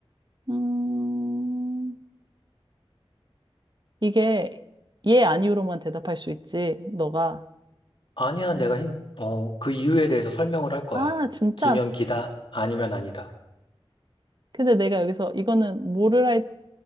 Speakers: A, on the right (about 50°); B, on the left (about 55°).
A: 음, 이게 예, 아니오로만 대답할 수 있지. 너가,
B: 아니야, 내가 힌, 어, 그 이유에 대해서 설명을 할 거야.
A: 아, 진짜.
B: 기면 기다, 아니면 아니다.
A: 근데 내가 여기서 이거는 뭐를 할,